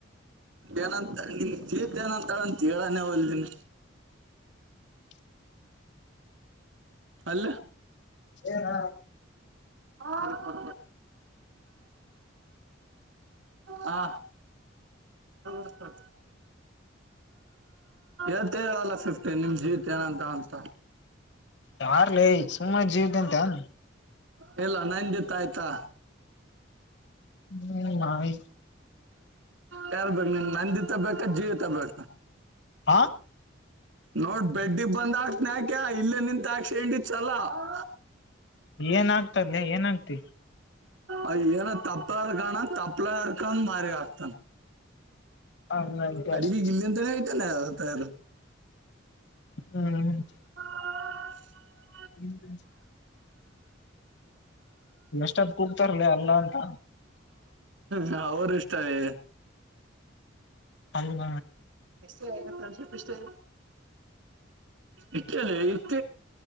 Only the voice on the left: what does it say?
<inaudible>
ಹ ಹ
ಯಾರ್ಲ ಈ ಸುಮ್ಮನೆ ಜೀವ್ದಂತ ಅನ್
ಹ್ಮ್ ನಾವೇ
ಹ
ಏನಾಗ್ತದಲೇ ಏನಾಗ್ತಿ
ಹಂಗಂತೆ
ಹ್ಮ್
ಹ್ಮ ನಷ್ಟದ ಕೂಗ್ತಾರಲ ಅಲ್ಲ ಅಂತ.
ಅಲ್ಲ